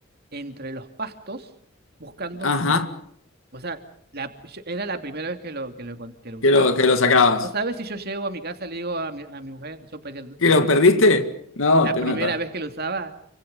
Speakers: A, on the right; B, on the left.
A: entre los pastos buscando
B: ajá,
A: el dron. O sea, la- yo- era la primera vez que lo, que lo, encon- que lo usaba.
B: que lo, que lo sacabas.
A: No sabes si yo llego a mi casa y le digo a mi, a mi mujer, yo pedí el,
B: ¿Que
A: el
B: lo
A: dron.
B: perdiste? No,
A: La
B: te
A: primera
B: mata,
A: vez que lo usaba.